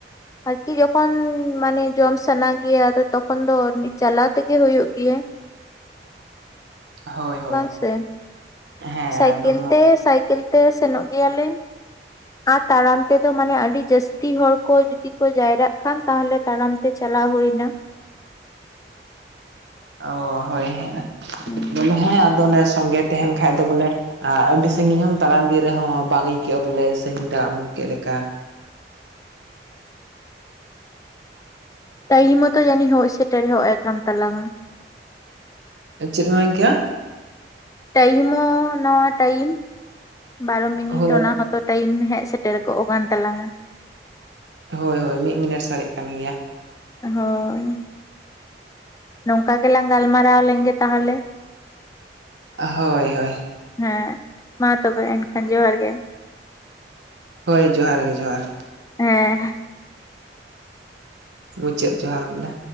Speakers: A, on the left; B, on the right.
A: ᱟᱨᱠᱤ ᱡᱚᱠᱷᱚᱱ ᱢᱟᱱᱮ ᱡᱚᱢ ᱥᱟᱱᱟ ᱜᱮᱭᱟ ᱟᱫᱚ ᱛᱚᱠᱷᱚᱱ ᱫᱚ ᱪᱟᱞᱟᱣ ᱛᱮᱜᱮ ᱦᱩᱭᱩᱜ ᱜᱮᱭᱟ᱾
B: ᱦᱳᱭ ᱦᱳᱭ
A: ᱵᱟᱝ ᱥᱮ
B: ᱦᱮᱸ
A: ᱥᱟᱭᱠᱮᱞ
B: ᱮᱠᱫᱚᱢ
A: ᱛᱮ ᱥᱟᱭᱠᱮᱞ ᱛᱮ ᱥᱮᱱᱚᱜ ᱜᱮᱭᱟ ᱞᱮ᱾ ᱟᱨ ᱛᱟᱨᱟᱢ ᱛᱮᱫᱚ ᱢᱟᱱᱮ ᱟᱹᱰᱤ ᱡᱟᱹᱥᱛᱤ ᱦᱚᱲ ᱠᱚ ᱡᱩᱫᱤ ᱠᱚ ᱡᱟᱭᱨᱟᱜ ᱠᱷᱟᱱ ᱛᱟᱦᱚᱞᱮ ᱛᱟᱲᱟᱢ ᱛᱮ ᱪᱟᱞᱟᱣ ᱦᱩᱭ ᱱᱟ᱾
B: ᱚ ᱦᱳᱭ ᱦᱮᱸ ᱱᱟᱦᱟᱸᱜ
A: ᱦᱩᱸ
B: ᱵᱚᱞᱮ ᱦᱮᱸ ᱟᱫᱚ ᱚᱱᱮ ᱥᱚᱝᱜᱮ ᱛᱟᱦᱮᱟᱸᱱ ᱠᱷᱟ ᱫᱚ ᱵᱚᱞᱮ ᱟᱨ ᱟᱹᱰᱤ ᱥᱟᱺᱜᱤᱧ ᱦᱚᱢ ᱛᱟᱲᱟᱢ ᱤᱫᱤ ᱨᱮᱦᱚᱸ ᱵᱟᱝ ᱟᱹᱭᱠᱟᱹᱜᱼᱟ ᱵᱚᱞᱮ ᱥᱟᱺᱜᱤᱧ ᱛᱟᱲᱟᱢ ᱟᱹᱜᱩ ᱠᱮᱫ ᱞᱮᱠᱟ ᱾
A: ᱴᱟᱭᱤᱢ ᱦᱚᱛᱚ ᱡᱟᱹᱱᱤᱡ ᱦᱳᱭ ᱥᱮᱴᱮᱨ ᱦᱚ ᱠᱟᱱ ᱛᱟᱞᱟᱝ?
B: ᱪᱮᱫ ᱮᱢ ᱢᱮᱱᱟ ᱠᱮᱭᱟ?
A: ᱴᱟᱭᱤᱢ ᱦᱚᱸ ᱱᱚᱣᱟ ᱴᱟᱭᱤᱢ ᱵᱟᱨᱚ ᱢᱤᱱᱤᱴ,
B: ᱦᱳᱭ
A: ᱚᱱᱟ ᱟᱫᱚ ᱴᱟᱭᱤᱢ ᱦᱮᱡ ᱥᱮᱴᱮᱨ ᱠᱚᱜ ᱠᱟᱱ ᱛᱟᱞᱟᱝᱼᱟ ᱾
B: ᱦᱳᱭ ᱦᱳᱭ, ᱢᱤᱫ ᱢᱤᱱᱤᱴ ᱥᱟᱨᱮᱡ ᱠᱟᱱ ᱜᱮᱭᱟ ᱾
A: ᱦᱳᱭ ᱾ ᱱᱚᱝᱠᱟ ᱜᱮᱞᱟᱝ ᱜᱟᱞᱢᱟᱨᱟᱣ ᱞᱮᱱ ᱜᱮ ᱛᱟᱦᱞᱮ?
B: ᱦᱳᱭ ᱦᱳᱭ ᱾
A: ᱦᱮᱸ, ᱢᱟ ᱛᱚᱵᱮ ᱮᱱᱠᱷᱟᱱ ᱡᱚᱦᱟᱨ ᱜᱮ ᱾
B: ᱦᱳᱭ ᱡᱚᱦᱟᱨ ᱜᱮ ᱡᱚᱦᱟᱨ ᱾
A: ᱦᱮᱸ ᱾
B: ᱢᱩᱪᱟᱹᱫ ᱡᱚᱦᱟᱨ ᱵᱚᱞᱮ